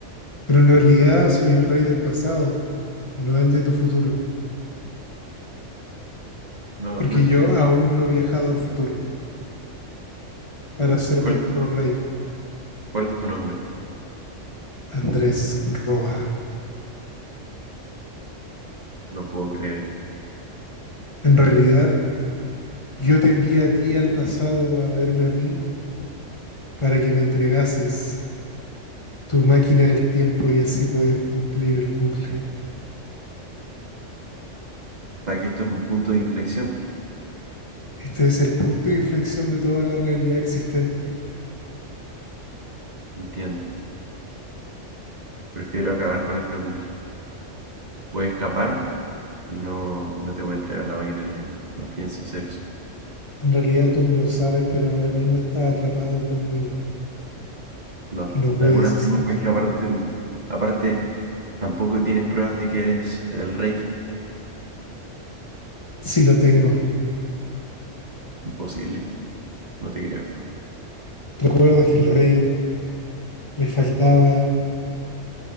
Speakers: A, on the left (about 25°); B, on the right (about 35°).
A: pero en realidad soy el rey del pasado, no el de tu futuro,
B: no,
A: porque
B: no entiendo.
A: yo aún no he viajado al futuro para ser
B: ¿Cuál
A: vuestro
B: es, tu-
A: rey,
B: cuál es tu nombre?
A: Andrés Roa.
B: No puedo creer esto.
A: En realidad, yo te envié a ti al pasado a verme a mí para que me entregases tu máquina del tiempo y así poder cumplir el bucle.
B: O sea, que esto es un punto de inflexión.
A: Este es el punto de inflexión de toda la realidad existente.
B: no Entiendo. Prefiero acabar con este bucle. Voy a escapar y no, no te voy a entregar la máquina del tiempo. No pienso hacer eso.
A: En realidad tú no lo sabes, pero ahora mismo estás atrapado conmigo
B: No,
A: y no
B: de
A: puedes
B: alguna forma
A: escapar.
B: puedes escapar de este bucle. Aparte, tampoco tienes pruebas de que eres el rey.
A: Sí lo tengo.
B: Imposible, no te creo.
A: ¿Recuerdas que el rey le faltaba